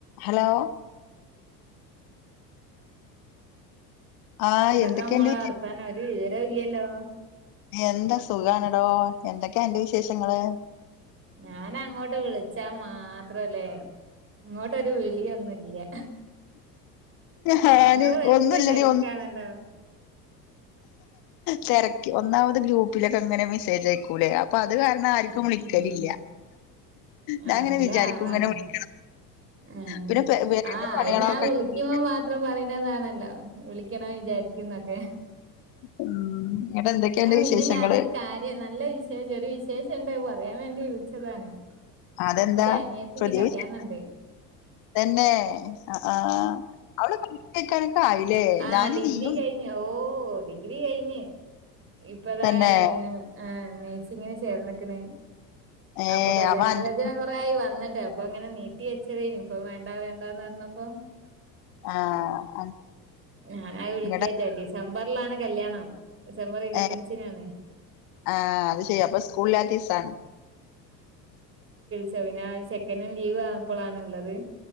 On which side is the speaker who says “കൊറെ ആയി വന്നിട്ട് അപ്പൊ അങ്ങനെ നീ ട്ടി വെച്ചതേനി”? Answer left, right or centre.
Right